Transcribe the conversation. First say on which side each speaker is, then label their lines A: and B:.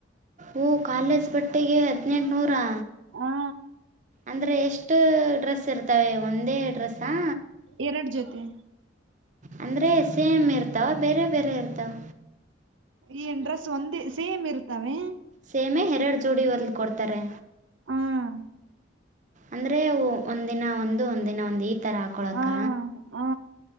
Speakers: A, on the right; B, on the right.
A: ಓ ಕಾಲೇಜ್ ಬಟ್ಟೆಗೆ ಹದಿನೆಂಟುನೂರಾ..
B: ಹಾ
A: ಅಂದ್ರೆ ಎಷ್ಟು ಡ್ರೆಸ್ ಇರ್ತವೆ ಒಂದೇ ಡ್ರೆಸ್ಸಾ..
B: ಎರಡ್ ಜೊತೆ
A: ಅಂದ್ರೆ ಎಸ್ ಎ ಎಂ ಇರ್ತಾವ ಬೇರೆ ಬೇರೆ ಇರ್ತಾವ.
B: ಈ ಡ್ರೆಸ್ ಒಂದೇ ಸೇಮ್ ಇರ್ತವೆ.
A: ಸೇಮೆ ಎರಡು ಜೋಡಿವರ್ಲ್ ಕೊಡ್ತಾರೆ..
B: ಹ್ಮ್
A: ಅಂದ್ರೆ ಒಂದಿನ ಒಂದು ಒಂದಿನ ಒಂದ್ ಈ ತರ ಹಾಕೊಳಕ್ಕ.
B: ಹಾ ಹಾ